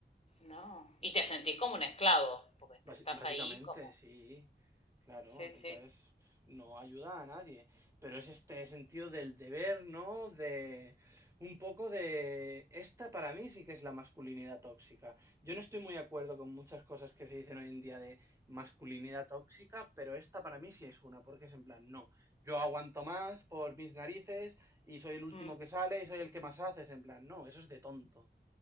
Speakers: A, on the left; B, on the right.
A: No. Y te sentís como un esclavo, porque te
B: Basi-
A: estás
B: Básicamente,
A: ahí como...
B: sí, claro,
A: Sí, sí.
B: entonces no ayuda a nadie, pero es este sentido del deber, ¿no? De un poco de esta para mí sí que es la masculinidad tóxica. Yo no estoy muy de acuerdo con muchas cosas que se dicen hoy en día de masculinidad tóxica, pero esta para mí sí es una, porque es en plan, no, yo aguanto más por mis narices y soy el último
A: Mm,
B: que sale y soy el que más hace, es en plan, no, eso es de tonto,